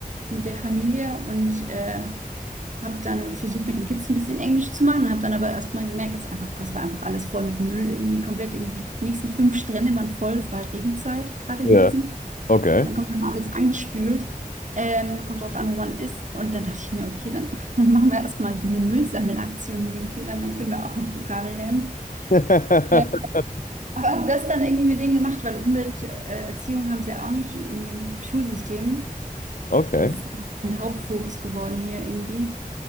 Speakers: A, on the right (about 55°); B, on the left (about 65°).
A: mit der Familie und äh, habe dann versucht, mit den Kids ein bisschen Englisch zu machen und habe dann aber erstmal gemerkt, dass einfach, das war einfach alles voll mit Müll, irgendwie komplett, irgendwie die nächsten fünf Strände waren voll, es war halt Regenzeit gerade
B: ja,
A: gewesen.
B: okay.
A: Dann kommt immer alles angespült, ähm, kommt drauf an, wo man ist und dann dachte ich mir, okay, dann, <laughs> dann machen wir erstmal so eine Müllsammelaktion mit den Kindern, dann können wir auch noch Vokabeln lernen.
B: <laughs>
A: Ja. Aber habe das dann irgendwie mit denen gemacht, weil Umwelterziehung äh, Erziehung haben sie ja auch nicht in ihrem Schulsystem.
B: Okay.
A: Das ist mein Hauptfokus geworden hier irgendwie.